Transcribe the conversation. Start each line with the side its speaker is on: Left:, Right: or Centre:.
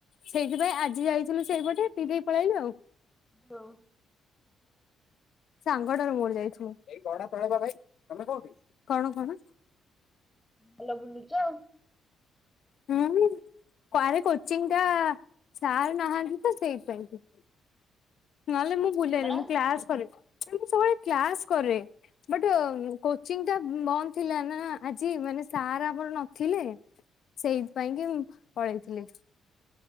Left: ସେଇଥିପାଇଁ ଆଜି ଯାଇଥିଲୁ ସେଇପଟେ ପିଦେଇ ପଳିଆଇଲୁ ଆଉ।
Centre: ହଁ।
Left: ସାଙ୍ଗଟାରୁ ମୋର ଯାଇଥିଲୁ। <unintelligible> ଭାଇ ତମେ କୋଉଠି କଣ କଣ?
Centre: ଭଲ ବୁଲୁଚ।
Left: ହଁ ଆରେ କୋଚିଂଟା ସାର୍ ନାହାନ୍ତିତ ସେଇଥିପାଇଁ। ନହେଲେ ମୁଁ ବୁଲେନି
Centre: କଣ?
Left: ମୁଁ କ୍ଲାସ୍ କରେ ମୁଁ ସବୁବେଳେ କ୍ଲାସ୍ କରେ ବଟ୍ କୋଚିଂ ଟା ବନ୍ଦ ଥିଲାନା ଆଜି ମାନେ ସାର୍ ଆମର ନଥିଲେ ସେଇଥି ପାଇଁକି ପଳେଇଥିଲି।
Centre: ଓହୋ